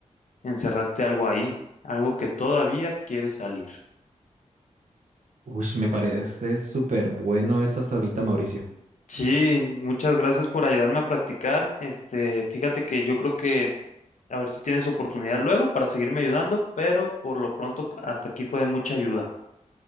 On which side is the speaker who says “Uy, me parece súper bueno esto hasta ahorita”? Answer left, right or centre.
Right